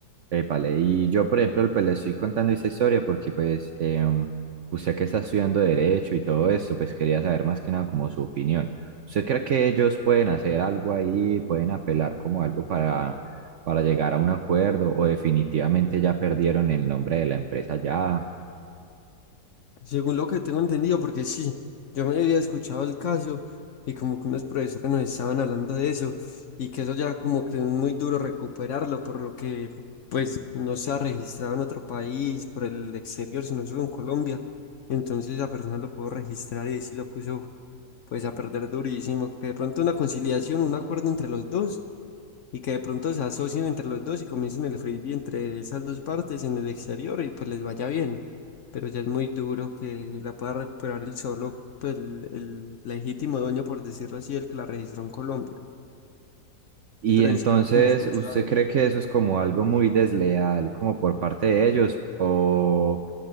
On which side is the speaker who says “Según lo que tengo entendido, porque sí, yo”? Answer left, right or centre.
Left